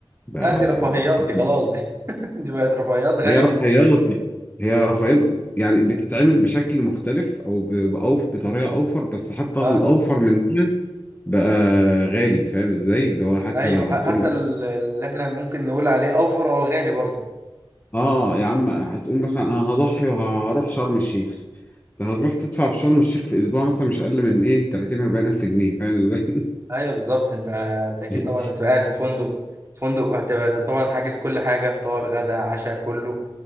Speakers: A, on the left (about 20°); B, on the right (about 30°).
A: بقى
B: لا دي رفاهيات
A: أرقام
B: دي خلاص دي, <laughs> دي بقت رفاهيات غالية
A: هي رفاهيات هي رفاهيات يعني بتتعمل بشكل مختلف او ب- بأوف بطريقه اوفر بس حتى
B: اه
A: الاوفر من ده بقى غالي فاهم ازاي اللي هو حتى
B: ايوه
A: لو هتقول
B: ح- حتى ال- اللي احنا ممكن نقول عليه اوفر هو غالي برضه
A: اه يا عم هتقول مثلا انا هضحي وهروح شرم الشيخ هتروح تدفع في شرم الشيخ في اسبوع مثلا مش اقل من ايه 30 40 الف جنيه فاهم ازاي
B: ايوه بالظبط انت انت اكيد
A: <laughs>
B: طبعا هتبقى قاعد في فندق فندق هتبقى هتبقى طبعا حاجز كل حاجة فطار غدا عشاء كله